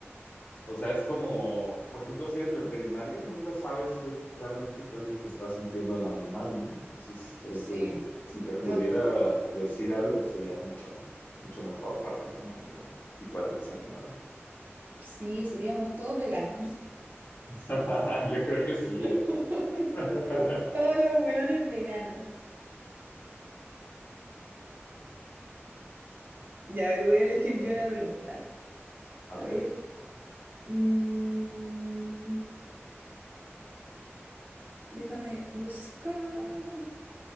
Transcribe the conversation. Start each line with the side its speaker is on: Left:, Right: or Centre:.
Left: O sea, es como, por ejemplo, si eres veterinario, nunca sabes qué es realmente qué es lo que está sintiendo el animal, ¿no? Entonces, creo
Right: Sí.
Left: que si te pudiera
Right: No,
Left: decir algo, sería mucho, mucho mejor para la humanidad y para los animales.
Right: Sí, seríamos todos veganos.
Left: <laughs> Yo creo que sí,
Right: <laughs>
Left: ¿eh? <laughs>
Right: Todos los hueones veganos. Ya, a ver, voy a elegir
Left: Ok,
Right: yo una pregunta.
Left: A
Right: A
Left: ver.
Right: ver. mm, déjame buscar.